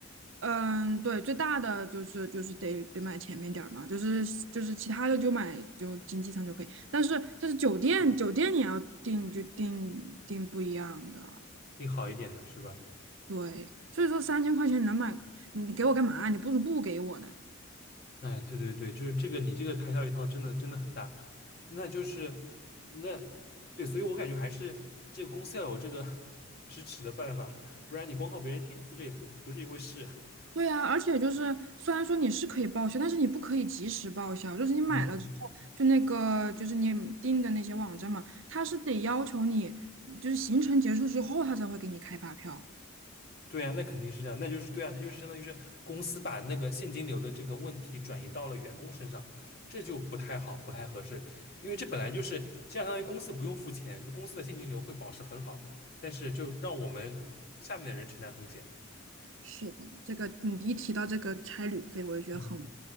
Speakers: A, on the right (about 65°); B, on the left (about 45°).
A: 嗯，对，最大的就是就是得得买前面点儿嘛，就是就是其他的就买就经济舱就可以，但是就是酒店酒店你要订就订订不一样的，
B: 订好一点的是吧？
A: 对，所以说三千块钱能买，你给我干嘛？你不如不给我呢。
B: 哎，对对对，就是这个，你这个开销一趟真的真的很大，那就是那对，所以我感觉还是这个公司要有这个 <laughs> 支持的办法，不然你光靠别人垫付这也不不是一回事。
A: 对呀，而且就是虽然说你是可以报销，但是你不可以及时报销，就是你买了之后，
B: 嗯。
A: 就那个就是你订的那些网站嘛，它是得要求你就是行程结束之后，它才会给你开发票。
B: 对啊，那肯定是这样，那就是对啊，它就是相当于是公司把那个现金流的这个问题转移到了员工身上，这就不太好，不太合适，因为这本来就是这样，相当于公司不用付钱，就公司的现金流会保持很好，但是就让我们下面的人承担风险，
A: 是的，这个你一提到这个差旅费，我就觉得很，
B: 嗯，